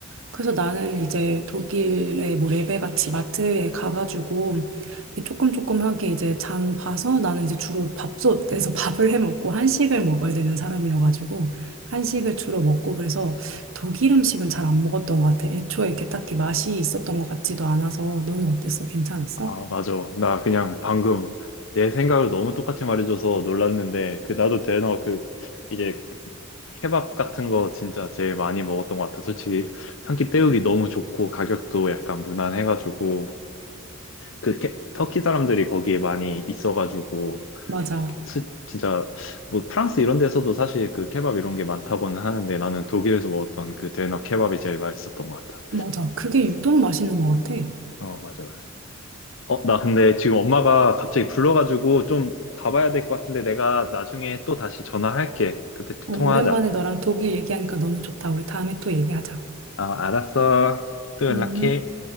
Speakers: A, on the right; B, on the left.
A: 그래서 나는 이제 독일의 뭐 레베 같이 마트에 가가지고 이렇게 조금 조금하게 이제 장 봐서 나는 이제 주로 밥솥에서 <laughs> 밥을 해 먹고 한식을 먹어야 되는 사람이어가지고 한식을 주로 먹고 그래서 독일 음식은 잘 안 먹었던 것 같아. 애초에 이렇게 딱히 맛이 있었던 것 같지도 않아서 너는 어땠어? 괜찮았어?
B: 아, 맞아. 나 그냥 방금 내 생각을 너무 똑같이 말해줘서 놀랐는데, 그, 나도 대너 그, 이제 케밥 같은 거 진짜 제일 많이 먹었던 것 같아. 솔직히 한 끼 때우기 너무 좋고, 가격도 약간 무난해가지고, 그 캐- 터키 사람들이 거기에 많이 있어가지고
A: 맞아.
B: 스- 진짜 뭐 프랑스 이런 데서도 사실 그 케밥 이런 게 많다고는 하는데 나는 독일에서 먹었던 그 데너 케밥이 제일 맛있었던 것 같아.
A: 맞아. 그게 유독 맛있는 것 같아.
B: 어 맞아 맞아. 어 나 근데 지금 엄마가 갑자기 불러가지고 좀 가봐야 될 것 같은데 내가 나중에 또 다시 전화할게. 그때 또
A: 어,
B: 통화하자.
A: 오랜만에 너랑 독일 얘기하니까 너무 좋다. 우리 다음에 또 얘기하자.
B: 아 알았어. 또 연락해.
A: 음.